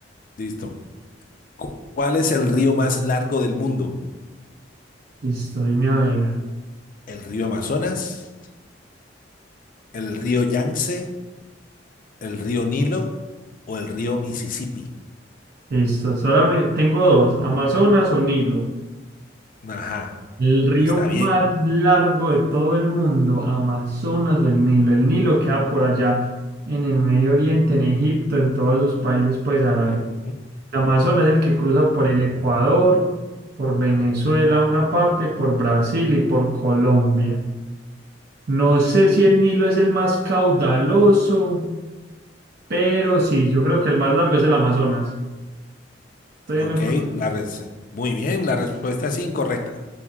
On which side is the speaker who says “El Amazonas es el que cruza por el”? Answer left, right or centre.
Right